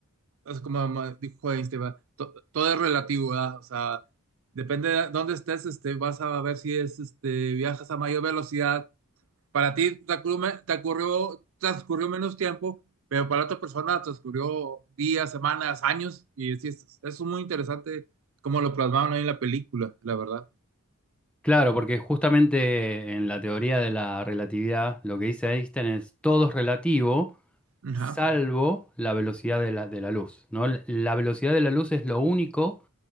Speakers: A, on the right (about 60°); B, in the centre.
A: es como ma- dijo Einstein, ¿verdad? To- todo es relativo, ¿verdad? O sea, depende de dónde estés, este, vas a ver si es, este, viajas a mayor velocidad. Para ti te ocurrió, me- te ocurrió- transcurrió menos tiempo, pero para otra persona transcurrió días, semanas, años, y sí, es, es muy interesante como lo plasmaron ahí en la película, la verdad.
B: Claro, porque justamente en la teoría de la relatividad lo que dice Einstein es todo es relativo
A: Ajá.
B: salvo la velocidad de la, de la luz, ¿no? L- La velocidad de la luz es lo único